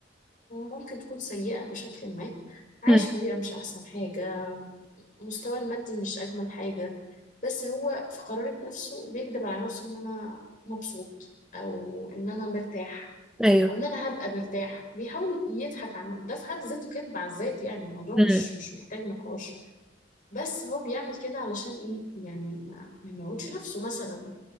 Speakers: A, on the left; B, in the centre.
A: ممكن تكون سيئة بشكل ما عايش
B: امم
A: في بيئة مش أحسن حاجة مستواه المادي مش أجمل حاجة بس هو في قرارة نفسه بيكذب على نفسه ان انا مبسوط او ان انا مرتاح
B: ايوه
A: او ان انا هبقى مرتاح بيحاول يضحك عن ده في حد ذاته كذب على الذات يعني الموضوع
B: امم
A: مش مش محتاج نقاش بس هو بيعمل كده علشان ايه يعني ما ما يموتش نفسه مثلا